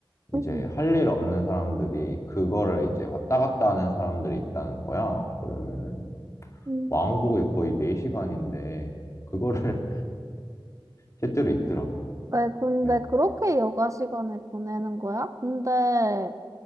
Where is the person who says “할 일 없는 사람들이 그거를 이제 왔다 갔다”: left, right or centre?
Left